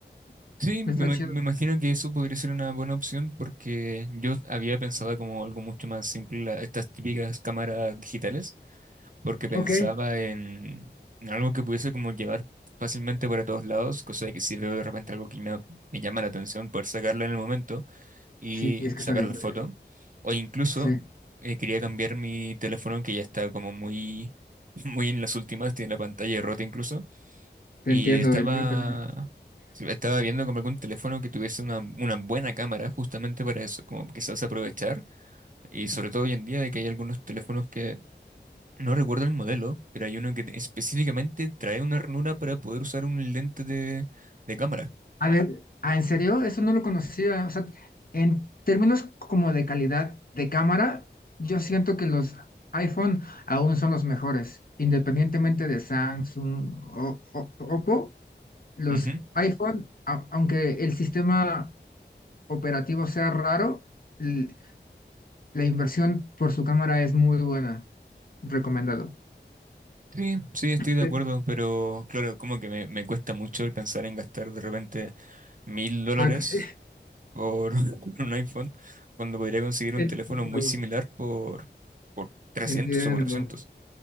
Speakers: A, on the right (about 45°); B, on the left (about 50°).
A: Sí, me,
B: Está
A: ima-
B: chido.
A: me imagino que eso podría ser una buena opción porque yo había pensado como algo mucho más simple, la- estas típicas cámaras digitales. porque pensaba
B: Ok,
A: en, en algo que pudiese como llevar fácilmente para todos lados, cosa de que si veo de repente algo que me, me llama la atención, poder sacarlo en el momento y
B: sí, es que
A: sacar
B: está bien.
A: la
B: verde.
A: foto. O incluso
B: Sí,
A: eh, quería cambiar mi teléfono que ya está como muy, <laughs> muy en las últimas, tiene la pantalla rota incluso,
B: te
A: y
B: entiendo,
A: estaba...
B: el mío también.
A: Sí, Estaba viendo como algún teléfono que tuviese una, una buena cámara justamente para eso, como quizás aprovechar. Y sobre todo hoy en día de que hay algunos teléfonos que no recuerdo el modelo, pero hay uno que te- específicamente trae una ranura para poder usar un lente de, de cámara.
B: A ver, ah, ¿en serio? Eso no lo conocía. O sea, en términos como de calidad de cámara, yo siento que los iPhone aún son los mejores, independientemente de Samsung o, o- Oppo. Los
A: Ujú.
B: iPhone, a- aunque el sistema operativo sea raro, l- la inversión por su cámara es muy buena. Recomendado.
A: Sí, sí, estoy de acuerdo,
B: Sí.
A: pero claro, como que me, me cuesta mucho el pensar en gastar de repente mil dólares
B: Ah, que sí, <laughs>
A: por, <laughs> por un iPhone, cuando podría conseguir un
B: entiendo,
A: teléfono muy similar por, por 300
B: entiendo.
A: o 400.